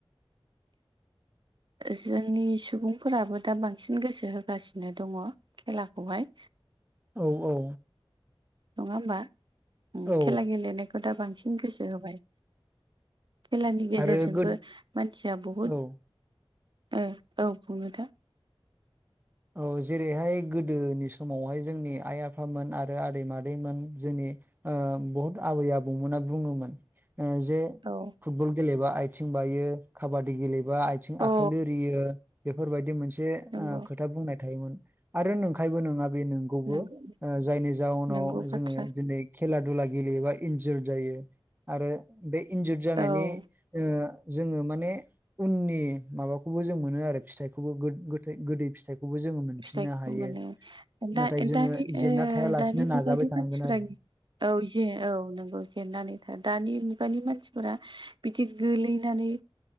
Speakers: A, on the right; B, on the right.
A: <inaudible>
B: जोंनि सुबुंफोराबो दा बांसिन गोसो होगासिनो दङ। खेलाखौहाय
A: औ औ
B: नङा होमबा
A: औ
B: खेला गेलेनायखौ दा बांसिन गोसो होबाय खेलानि गेजेरजोंबो
A: आरो गो
B: मानसिया बहुद
A: औ
B: ओ औ बुङो दा
A: औ जेरैहाय गोदोनि समावहाय जोंनि आइ आफामोन आरो आदै मादैमोन जोंनि आ बहुत आबै आबौमोना बुङोमोन जे
B: औ
A: फुटबल गेलेबा आथिं बायो खाबादि गेलेबा आथिं आखाइ
B: अ
A: लोरियो बेफोरबायदि मोनसे
B: नंगौ
A: आ खोथा बुंनाय थायोमोन आरो नोंखायबो नङा बे मोन खौबो
B: नंगौ
A: जायनि जाउनाव
B: नंगौ बाथ्रा
A: जोङो दिनै खेला दुला गेलेयोबा इन्जुर जायो आरो बे इन्जुर जानायनि
B: औ
A: ओ जोङो माने उननि माबाखौबो जों मोनो आरो फिथाइखौबो गो गोथै गोदै फिथाइखौबो जोङो मोनफिननो
B: फिथाइखौ
A: हायो।
B: मोनो
A: नाथाय
B: दा
A: जोङो
B: दानि
A: जेनना
B: ओदानि
A: थायालासिनो नाजाबाय
B: मुगानि
A: थानांगोन
B: मानसिफ्रा
A: आरो
B: गि औ जे औ नोंगौ जेननानै था दानि मुगानि मानसिफोरा बिदि गोलैनानै